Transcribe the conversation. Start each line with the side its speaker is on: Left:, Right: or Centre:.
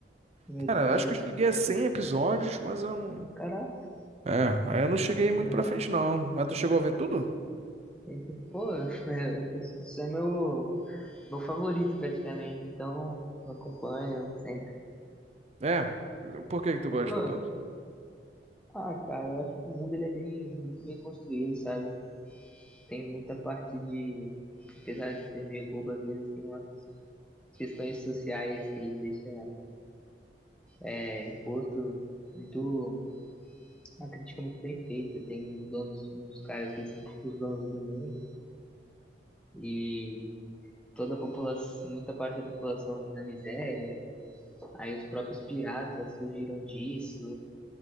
Centre: primeiros
Right: Cara,
Centre: episódios,
Right: acho que eu cheguei a 100 episódios, mas eu não.
Centre: caraca,
Right: É, aí eu não cheguei muito
Centre: né?
Right: pra frente, não. Mas tu chegou a ver tudo?
Centre: Esse, Pô, <laughs> é, esse é meu meu favorito praticamente, então eu acompanho sempre.
Right: É. Por que que tu
Centre: Mas,
Right: gosta
Centre: pô,
Right: tanto?
Centre: ah, cara, eu acho que o mundo ele é bem, muito bem construído, sabe? Tem muita parte de, apesar de ser meio bobo às vezes, tem umas questões sociais que eles deixam é, imposto muito, uma crítica muito bem feita. Tem os donos, uns caras que são tipo os donos do mundo e toda a população, muita parte da população na miséria. Aí os próprios piratas surgiram disso.